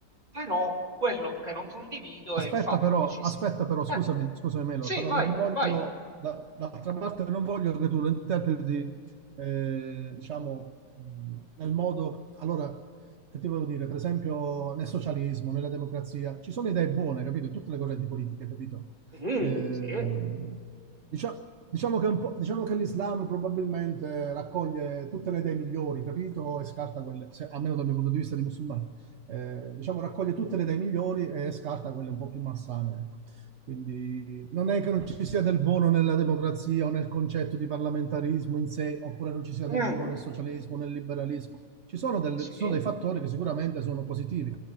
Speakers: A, on the right; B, on the right.
A: Però quello che non condivido
B: Aspetta
A: è il fatto
B: però,
A: che ci
B: aspetta
A: sia
B: però, scusami,
A: eh,
B: scusami Melo,
A: sì,
B: però
A: vai,
B: non voglio,
A: vai.
B: da- d'altra parte non voglio che tu lo interpreti, eh, diciamo, mh, nel modo, allora, che ti volevo dire, per esempio nel socialismo, nella democrazia, ci sono idee buone, capito, in tutte le correnti politiche, capito?
A: Sì,
B: Ehm,
A: sì.
B: dicia- diciamo, che un po', diciamo che l'Islam probabilmente raccoglie tutte le idee migliori, capito, e scarta quelle, se- almeno dal mio punto di vista di musulmano eh, diciamo, raccoglie tutte
A: Mh,
B: le idee migliori e scarta quelle un po' più massane. Ecco. Quindi non è che non ci sia del buono nella democrazia o nel concetto di parlamentarismo in sé, oppure non ci sia del
A: mh,
B: buono nel socialismo, nel liberalismo. Ci sono, delle,
A: sì.
B: ci sono dei fattori che sicuramente sono positivi.